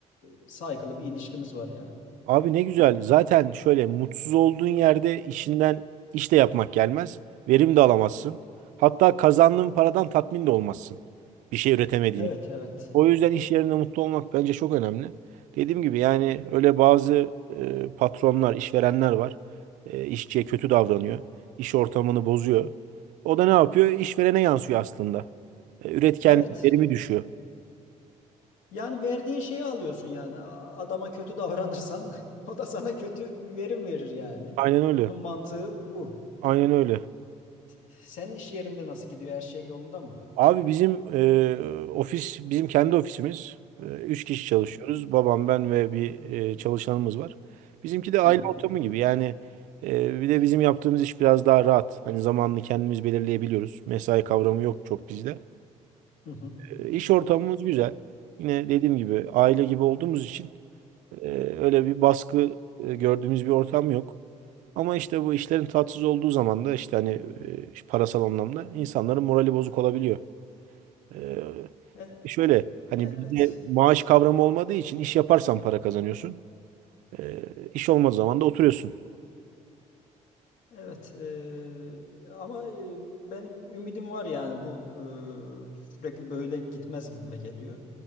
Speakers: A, on the left (about 80°); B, on the right (about 80°).
A: e, saygılı bir ilişkimiz var yani.
B: Abi ne güzel. Zaten şöyle mutsuz olduğun yerde işinden iş de yapmak gelmez. Verim de alamazsın. Hatta kazandığın paradan tatmin de olmazsın. Bir şey üretemediğini.
A: Evet evet.
B: O yüzden iş yerinde mutlu olmak bence çok önemli. Dediğim gibi yani öyle bazı e, patronlar, işverenler var. E, işçiye kötü davranıyor. İş ortamını bozuyor. O da ne yapıyor? İşverene yansıyor aslında. E, üretken
A: Evet.
B: verimi düşüyor.
A: Yani verdiğin şeyi alıyorsun yani. A- Adama kötü davranırsan <laughs> o da sana kötü verim verir yani.
B: Aynen öyle.
A: Bunun mantığı bu.
B: Aynen öyle.
A: Senin iş yerinde nasıl gidiyor? Her şey yolunda mı?
B: Abi bizim e, ofis, bizim kendi ofisimiz. E, üç kişi çalışıyoruz.
A: Hı
B: Babam, ben ve bir e, çalışanımız var. Bizimki de aile
A: hı. hı.
B: ortamı gibi. Yani e, bir de bizim yaptığımız iş biraz daha rahat. Hani zamanını kendimiz belirleyebiliyoruz. Mesai kavramı yok çok bizde.
A: Hı hı.
B: E, iş ortamımız güzel. Yine dediğim gibi aile gibi olduğumuz için e, öyle bir baskı e, gördüğümüz bir ortam yok. Ama işte bu işlerin tatsız olduğu zaman da işte hani e, parasal anlamda insanların morali bozuk olabiliyor. Ee,
A: E-
B: e, şöyle hani
A: evet.
B: bizde maaş kavramı olmadığı için iş yaparsan para kazanıyorsun. Ee, iş olmadığı zaman da oturuyorsun.
A: Evet. e, ama e, benim ümidim var yani bu e, sürekli böyle gitmez gibime geliyor.